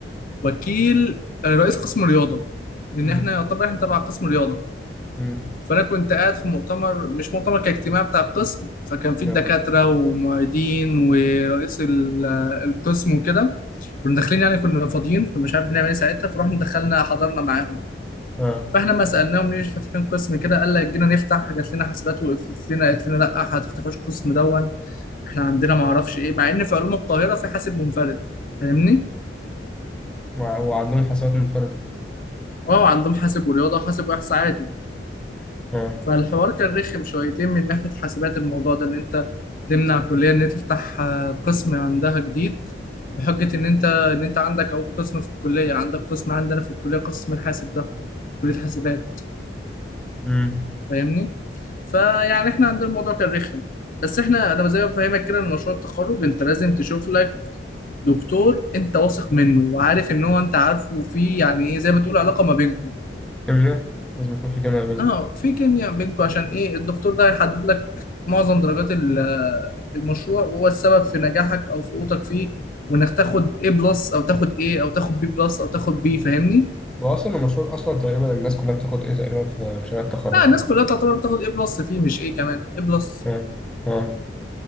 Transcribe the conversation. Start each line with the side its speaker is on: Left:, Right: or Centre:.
Left: وكيل آه، رئيس قسم رياضه
Centre: <laughs>
Left: لان
Centre: امم
Left: احنا يعتبر احنا تبع قسم رياضه
Centre: امم
Left: فانا كنت قاعد في مؤتمر مش مؤتمر كاجتماع بتاع القسم فكان فيه
Centre: نعم
Left: الدكاتره ومعيدين ورئيس ال- آه، القسم وكده كنا داخلين يعني كنا فاضيين كنا مش عارف بنعمل ايه ساعتها فرحنا دخلنا حضرنا معاهم
Centre: اه
Left: فاحنا ما سالناهم ليش فاتحين قسم كده قال لك جينا نفتح جات لنا حاسبات وقفلت لنا قالت لنا لا هتفتحوش قسم دون احنا عندنا ما اعرفش ايه مع ان في علوم القاهره في حاسب منفرد فاهمني
Centre: وع- وعندهم حاسبات منفرده
Left: اه عندهم حاسب ورياضه وحاسب واحصاء عادي
Centre: اه
Left: فالحوار كان رخم شويتين من ناحية حاسبات الموضوع ده إن أنت تمنع كلية إن هي تفتح آه، قسم عندها جديد بحجة إن أنت إن أنت عندك أهو قسم في الكلية عندك قسم عندنا في الكلية قسم الحاسب ده كلية حاسبات
Centre: امم
Left: فاهمني؟ فيعني إحنا عندنا الموضوع كان رخم بس إحنا أنا زي ما بفهمك كده إن مشروع التخرج أنت لازم تشوف لك دكتور أنت واثق منه وعارف إن هو أنت عارفه وفيه يعني إيه زي ما تقول علاقة ما بينكم
Centre: كيمياء لازم يكون في كيمياء بينكم
Left: اه في كيمياء بينكم عشان ايه الدكتور ده هيحدد لك معظم درجات ال- المشروع وهو السبب في نجاحك او سقوطك فيه وانك تاخد A بلس او تاخد A او تاخد B بلس او تاخد B فاهمني؟
Centre: واصلا المشروع اصلا تقريبا الناس كلها بتاخد ايه تقريبا في مشاريع التخرج
Left: لا الناس
Centre: ولا
Left: كلها تعتبر بتاخد A بلس فيه مش A كمان A بلس
Centre: اه اه